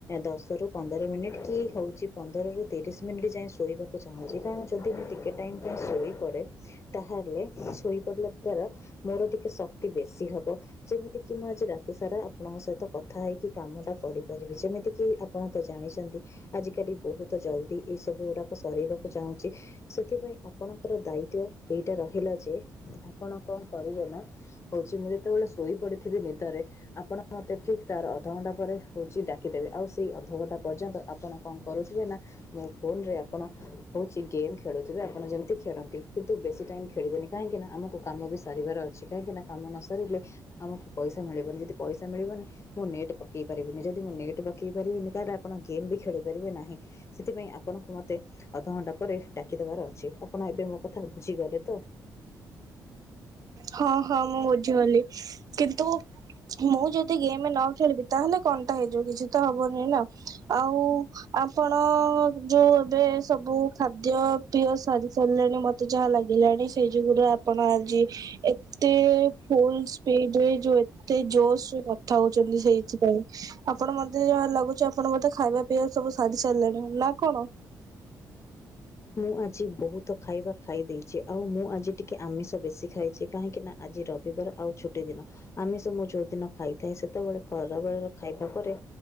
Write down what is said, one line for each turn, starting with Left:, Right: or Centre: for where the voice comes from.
Left: ଦଶ ରୁ ପନ୍ଦର ମିନିଟ କି ହଉଛି ପନ୍ଦରରୁ ତିରିଶ ମିନିଟ୍ ଯାଏଁ ଶୋଇବାକୁ ଚାହୁଁଛି। କାରଣ ଯଦି ମୁଁ ଟିକେ ଟାଇମ୍ ପାଇଁ ଶୋଇପଡ଼େ ତାହେଲେ ଶୋଇ ପଡିଲା ଦ୍ଵାରା ମୋର ଟିକେ ଶକ୍ତି ବେଶୀ ହବ। ଯେମିତିକି ମୁଁ ଆଜି ରାତିସାରା ଆପଣଙ୍କ ସହିତ କଥା ହେଇକି କାମଟା କରିପାରିବି। ଯେମିତିକି ଆ ଆପଣ ତ ଜାଣିଛନ୍ତି ଆଜିକାଲି ବହୁତ ଜଲଦି ଏଇ ସବୁ ଗୁଡାକ ସରେଇବାକୁ ଚାହୁଁଛି। ସେଥିପାଇଁ ଆପଣଙ୍କର ଦାୟିତ୍ବ ଏଇଟା ରହିଲା ଯେ ଆପଣ କଣ କରିବେ ନା ହଉଛି ମୁଁ ଯେତେବେଳେ ଶୋଇ ପଡିଥିବି ନିଦରେ ଆପଣ ମୋତେ ଠିକ୍ ତାର ଅଧଘଣ୍ଟା ପରେ ହଉଛି ଡାକିଦେବେ। ଆଉ ସେଇ ଅଧଘଣ୍ଟା ପର୍ଯ୍ୟନ୍ତ ଆପଣ କଣ କରୁଥିବେ ନା ମୋ ଫୋନରେ ଆପଣ ହଉଛି ଗେମ୍ ଖେଳୁଥିବେ ଆପଣ ଯେମତି ଖେଳନ୍ତି। କିନ୍ତୁ ବେଶୀ ଟାଇମ ଖେଳିବେନି କାହିଁକି ନା ଆମକୁ କାମ ବି ସାରିବାର ଅଛି। କାହିଁକିନା କାମ ନ ସରିଲେ ଆମକୁ ପଇସା ମିଳିବନି। ଯଦି ପଇସା ମିଳିବନି ମୁଁ ନେଟ୍ ପକେଇ ପାରିବିନି। ଯଦି ମୁଁ ନେଟ୍ ପକେଇ ପାରିବିନି ତାହେଲେ ଆପଣ ଗେମ୍ ବି ଖେଳି ପାରିବେ ନାହିଁ। ସେଥିପାଇଁ ଆପଣଙ୍କୁ ମତେ ଅଧଘଣ୍ଟା ପରେ ଡାକିଦବାର ଅଛି। ଆପଣ ଏବେ ମୋ କଥା ବୁଝିଗଲେ ତ?
Right: ହଁ ହଁ ମୁଁ ବୁଝିଗଲି। କିନ୍ତୁ ମୁଁ ଯଦି ଗେମ ନ ଖେଳିବି ତାହେଲେ କଣ୍ଟା ହେଇଯିବ। କିଛି ତ ହବନି ନା ଆଉ ଆପଣ ଯୋଉ ଏବେ ସବୁ ଖାଦ୍ୟ ପ୍ରିୟ ସାରି ସାରିଲେଣି ମତେ ଯାହା ଲାଗିଲାଣି ସେଇ ଯୁଗୁରା ଆପଣ ଆଜି ଏତେ ଫୁଲ ସ୍ପିଡ ଯୋଉ ଏତେ ଜୋସ୍ କଥା ହଉଛନ୍ତି ସେଇଥିପାଇଁ ଆପଣ ମତେ ଯାହା ଲାଗୁଛି ଆପଣ ମତେ ଖାଇବା ପେଆ ସବୁ ସାରି ସାରିଲାଣି ନା କଣ?
Left: ମୁଁ ଆଜି ବହୁତ ତ ଖାଇବା ଖାଇ ଦେଇେଇଛି ଆଉ ମୁଁ ଆଜି ଟିକେ ଆମିଷ ବେଶି ଖାଇଛି। କାହିଁକି ନା ଆଜି ରବିବାର ଆଉ ଛୁଟି ଦିନ। ଆମିଶ ଯୋଉ ଦିନ ଖାଇଥାଏ ସେତେବେଳେ ଖରା ବଳ ଖାଇବା ପରେ